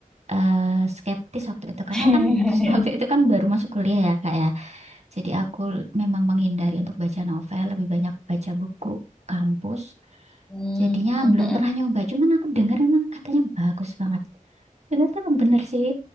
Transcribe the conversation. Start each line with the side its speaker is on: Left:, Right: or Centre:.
Right: eh, skeptis waktu itu. Karena
Centre: <laughs> mm.
Right: kan <laughs> waktu itu kan baru masuk kuliah ya, Kak ya. Jadi aku memang menghindari untuk baca novel, lebih banyak baca buku kampus
Centre: Mm,
Right: Jadinya
Centre: mm,
Right: belum
Centre: mm.
Right: pernah
Centre: <laughs>
Right: nyoba, cuman aku dengar memang katanya bagus banget. Bener tuh bener sih.